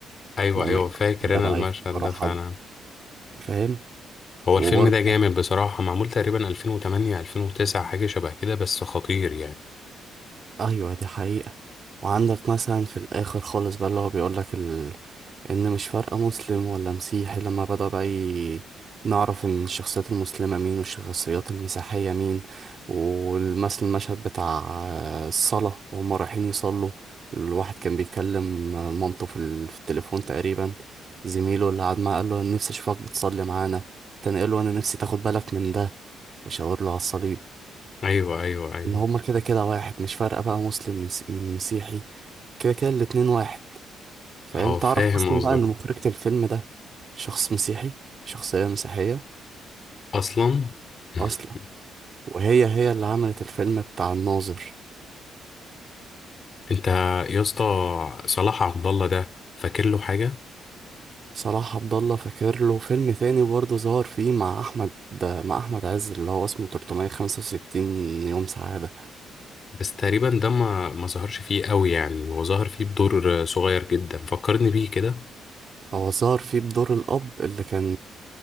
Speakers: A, on the left (about 45°); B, on the right (about 45°).
A: ايوه
B: ان هما
A: ايوه فاكر
B: ده
A: انا
B: بقى
A: المشهد
B: يفكروا
A: ده
B: حد
A: فعلا
B: فاهم
A: هو
B: وبرضه
A: الفيلم ده جامد بصراحة معمول تقريبا 2008 2009 حاجة شبه كده بس خطير يعني
B: ايوه دي حقيقة وعندك مثلا في الاخر خالص بقى اللي هو بيقول لك ان مش فارقه مسلم ولا مسيحي لما بدأ بقى ي- نعرف ان الشخصيات المسلمه مين والشخصيات المسيحيه مين والمثل المشهد بتاع الصلاه وهم رايحين يصلوا الواحد كان بيكلم مامته في ال- في التليفون تقريبا زميله اللي قعد معاه قال له انا نفسي اشوفك بتصلي معانا تاني قال له انا نفسي تاخد بالك من ده وشاور له على الصليب
A: ايوه ايوه ايوه
B: ان هما كده كده واحد مش فارقه بقى مسلم من من مسيحي كده كده الاتنين واحد فاهم
A: اه
B: تعرف
A: فاهم
B: اصلا
A: قصدك
B: بقى ان مخرجة الفيلم ده شخص مسيحي شخصية مسيحية
A: اصلا <laughs>
B: اصلا وهي هي اللي عملت الفيلم بتاع الناظر
A: انت يا اسطى صلاح عبد الله ده فاكر له حاجه
B: صلاح عبد الله فاكر له فيلم تاني برضه ظهر فيه مع احمد مع احمد عز اللي هو اسمه 365 يوم سعادة
A: بس تقريبا ده ما ما ظهرش فيه قوي يعني هو ظهر فيه بدور صغير جدا فكرني بيه كده
B: هو ظهر فيه بدور الاب اللي كان